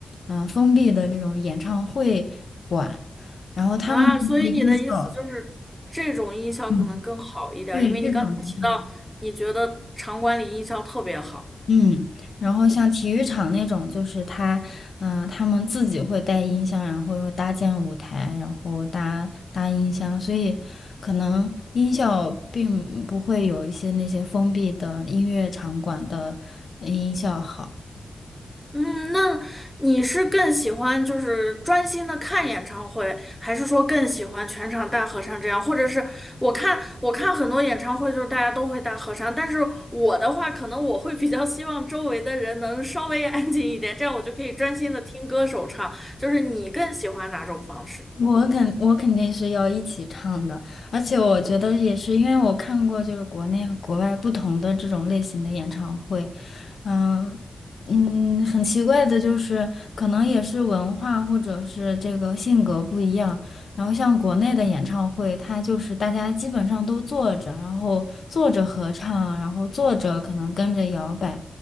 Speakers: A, on the left; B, in the centre.
A: 呃封闭的这种演唱会馆。
B: 啊？
A: 音效。
B: 所以你的意思就是这种音效可能更好一点儿，
A: 嗯，对，
B: 因为你刚才提到你觉得场馆里音效特别好。
A: 这种比较好。嗯，然后像体育场那种，就是他，嗯、他们自己会带音箱，然后又搭建舞台，然后搭搭音箱，所以可能音效并不会有一些那些封闭的音乐场馆的音效好。
B: 嗯，那你是更喜欢就是专心的看演唱会，还是说更喜欢全场大合唱这样？或者是我看我看很多演唱会，就是大家都会大合唱，但是我的话，可能我会比较希望周围的人能稍微安静一点，这样我就可以专心的听歌手唱。就是你更喜欢哪种方式？
A: 我肯我肯定是要一起唱的，而且我觉得也是，因为我看过就是国内和国外不同的这种类型的演唱会，嗯、嗯，很奇怪的就是，可能也是文化或者是这个性格不一样，然后像国内的演唱会，它就是大家基本上都坐着，然后坐着合唱，然后坐着可能跟着摇摆，